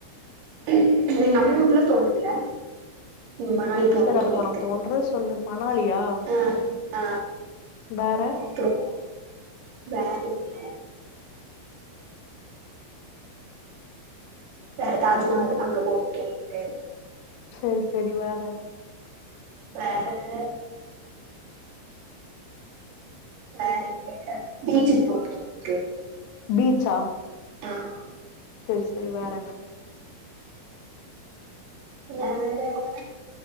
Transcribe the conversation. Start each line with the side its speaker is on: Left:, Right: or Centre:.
Right: ம் நம்ம ஊருக்குள்ள தோணல ம் மணாலி போணுன்னு
Left: சரி அப்போ
Right: தோணிருக்கு
Left: உனக்கு தோன்றது சொல்லு மணாலியா
Right: ஆ ஆ
Left: வேற
Right: த்துரும வேற எங்க வேற தாஜ்மஹால் அங்க போணுன்ட்டு இருக்கு
Left: சரி சரி வேற
Right: வேற பே வேற வந்து பீச்சுக்கு போணுன்ட்டு இருக்கு
Left: பீச்சா
Right: ஆமா
Left: சரி சரி வேற
Right: இனி <unintelligible> அவ்ளதா